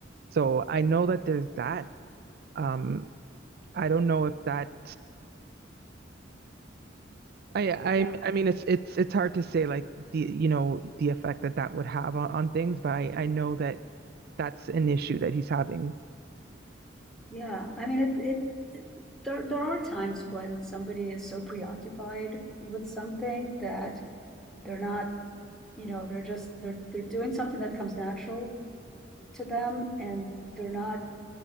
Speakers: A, on the right; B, in the centre.
A: So I know that there's that. Um, I don't know if that. I, I
B: Yeah,
A: I mean it's it's it's hard to say like the you know the effect that that would have on, on things but I, I know that that's an issue that he's having
B: yeah. I mean it it. it there, there are times when somebody is so preoccupied with something that they're not you know, they're just, they're, they're doing something that comes natural to them and they're not,